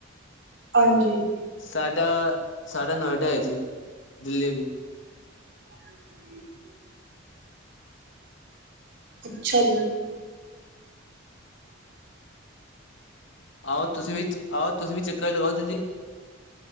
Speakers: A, on the right; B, on the left.
A: ਹਾਂਜੀ
B: ਸਾਡਾ ਸਾਡਾ ਨੋਇਡਾ ਹੈ ਜੀ ਦਿੱਲੀ
A: ਹਮ <inaudible> ਅੱਛਾ ਜੀ।
B: ਆਓ ਤੁਸੀਂ ਵੀ ਆਓ ਤੁਸੀਂ ਵੀ ਚੱਕਰ ਲਗਾਓ ਦਿੱਲੀ ਜੀ।